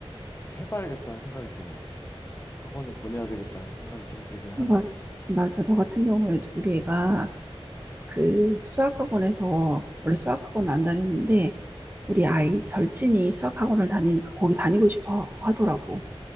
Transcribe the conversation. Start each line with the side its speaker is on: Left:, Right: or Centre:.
Left: 해봐야겠다는 생각이 드네. 학원을 보내야 되겠다는 생각이 좀 들긴 하네.
Right: 맞, 맞아. 나 같은 경우에도 우리 애가 그 수학학원에서 원래 수학학원을 안 다녔는데 우리 아이 절친이 수학학원을 다니니까 거기 다니고 싶어 하더라고.